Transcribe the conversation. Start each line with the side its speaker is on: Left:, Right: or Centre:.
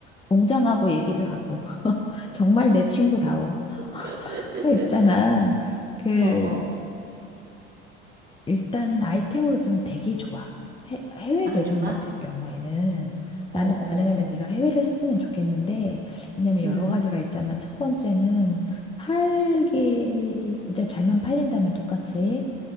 Left: 공장하고 얘기를 하고. <laughs> 정말 내 친구다워.
Right: <laughs>
Left: 그거 있잖아. 그,
Right: 어, 어.
Left: 일단은 아이템으로서는 되게 좋아. 해, 해외
Right: 아,
Left: 배송
Right: 좋아?
Left: 같은 경우에는
Right: 어,
Left: 나는
Right: 어.
Left: 가능하면 네가 해외를 했으면 좋겠는데 왜냐면 여러
Right: 음,
Left: 가지가 있자면 첫 번째는 팔기 이제 잘만 팔린다면 똑같이